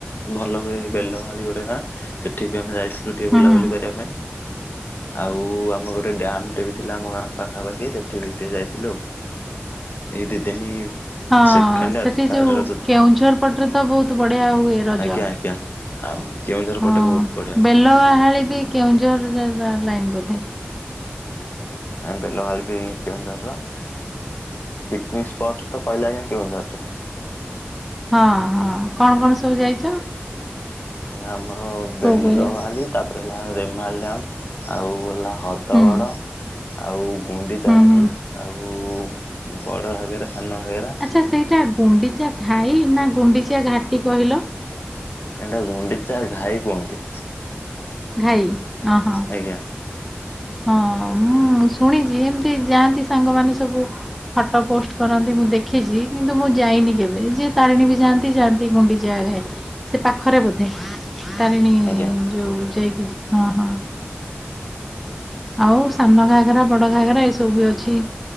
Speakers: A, on the left (about 55°); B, in the centre.
A: ଭଲ ହୁଏ ବେଲ ମାଳି ଗୋଟେ ଗାଁ ସେଠି ବି ଆମେ ଯାଇ ତୁଟିଏ
B: ହୁଁ
A: ବୁଲାବୁଲି
B: ହୁଁ।
A: କରିବା ପାଇଁ ଆଉ ଆମ ଗୋଟେ ଡ୍ୟାମଟେ ବି ଥିଲା ଆମ ଗାଁ ପାଖାପାଖି ସେଠି ବି ଟିକେ ଯାଇଥିଲୁ। ଏଇ ଦି ଦିନି
B: ହଁ
A: ସେକେଣ୍ଡ
B: ସେଠି
A: ଆଉ ଥାର୍ଡ
B: ଯୋଉ
A: ରଜ ଦିନ
B: କେଉଁଝର ପଟରେ ତ ବହୁତ ବଢିଆ ହୁଏ ରଜ।
A: ଆଜ୍ଞା ଆଜ୍ଞା। ଆମ କେଉଁଝର
B: ହଁ
A: ପଟେ ବହୁତ ବଢ଼ିଆ ହଉଛି
B: ବେଲବାହାଳି ବି କେଉଁଝର ଲାଗ। ବୋଦେ।
A: ଆ ବେଲ ଭାଲିିବି କେଉଁ ଝର ପିକିନିକି ସ୍ପଟ ତ କହିଲେ ଆଜ୍ଞକେଉଁଝରେ ଅଟେ
B: ହଁ ହଁ କଣ କଣ ସବୁ ଯାଇଛ
A: ଆମର ବେଲମାଳି
B: କୋଉ କୋଉ ଜାଗା?
A: ତାପରେ ହେଲା ରେମାଲ ଡ୍ୟାମ ଆଉ ହେଲା। ହଦ
B: ହୁଁ
A: ବଡ଼ ଆଉ ଗୁଣ୍ଡିଚା
B: ହୁଁ
A: ଘାଇ
B: ହୁଁ।
A: ଆଉ ବଡ଼ ଘାଗେରା ସାନ ଘାଗେରା
B: ଆଚ୍ଛା ସେଇଟା ଗୁଣ୍ଡିଚା ଘାଇ ନା ଗୁଣ୍ଡିଚ। ଘାଟି କହିଲ?
A: ଏଟା ଗୁଣ୍ଡିଚା ଘାଇ କୁହନ୍ତି।
B: ଘାଇ ଅ ହଁ।
A: ଆଜ୍ଞା
B: ହଁ ମୁଁ ଶୁଣିଛି ଏମିତି ଯାଆନ୍ତି ସାଙ୍ଗମାନୋନ ସବୁ। ଫଟୋ ପୋଷ୍ଟ କରନ୍ତି ମୁଁ ଦେଖିଛି କିନ୍ତୁ ମୁଁ ଯାଇନି କେବେ ଯିଏ ତାରିଣୀ ବି ଯାଆନ୍ତି ଯାଆନ୍ତି ଗୁଣ୍ଡିଚା ଘା ସେ ପାଖରେ ବୋଧେ? ତାରିଣୀ
A: ଆଜ୍ଞା
B: ଯୋଉ ଯାଇକି ହଁ ହଁ। ଆଉ ସାନ ଘଘରା ବଡ ଘଘରା ଏସବୁ ବି ଅଛି।